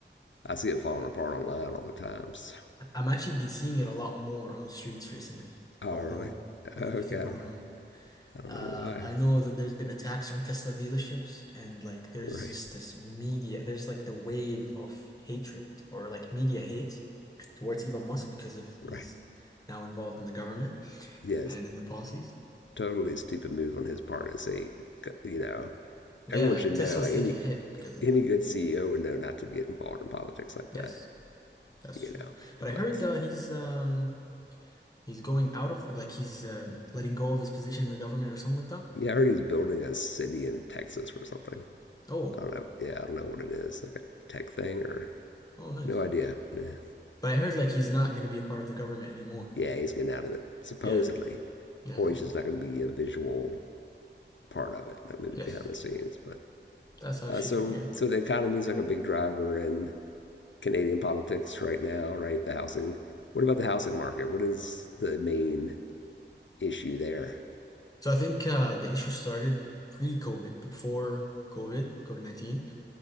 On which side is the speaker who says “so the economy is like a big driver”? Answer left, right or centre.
Left